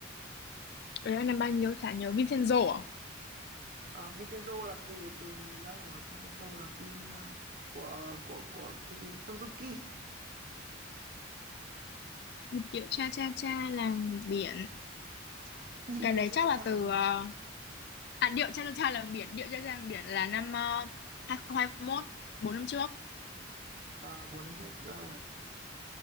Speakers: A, on the left; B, on the right.
A: Đấy anh làm bao nhiêu chả nhớ Vincenzo à?
B: không? uh, Vincenzo là từ từ lâu rồi Vincenzo là phim ờ, của của của cái gì Suzuki
A: Điệu cha cha cha làng biển.
B: <laughs> nhìn
A: Cái
B: địa
A: đấy
B: xuất
A: chắc
B: sắc
A: là
B: sang
A: từ
B: làng biển
A: ờ, à điệu cha cha cha làng biển, điệu cha cha làng biển là năm uh, 2021, 4 năm trước.
B: Ờ, bốn năm trước cũng lâu rồi